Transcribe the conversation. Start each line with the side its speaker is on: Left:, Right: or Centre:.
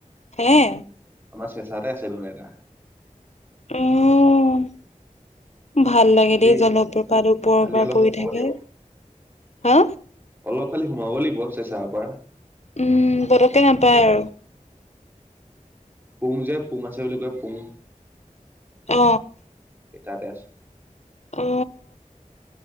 Left: হে!
Right: আমাৰ চেচাতে আছে বোলে এটা
Left: উম! ভাল লাগে
Right: খালি
Left: দেই জলপ্ৰপাত ওপৰৰ
Right: খালি
Left: পৰা
Right: অলপ
Left: পৰি
Right: সোমাব
Left: থাকে।
Right: লাগিব
Left: হা
Right: অলপ খালি সোমাব লাগিব চেচাৰ পৰা
Left: উম পতককে নাপায় আৰু
Right: পুং যে পুং আছে বুলি কয় পুং
Left: অ
Right: এই তাতে আছে
Left: অ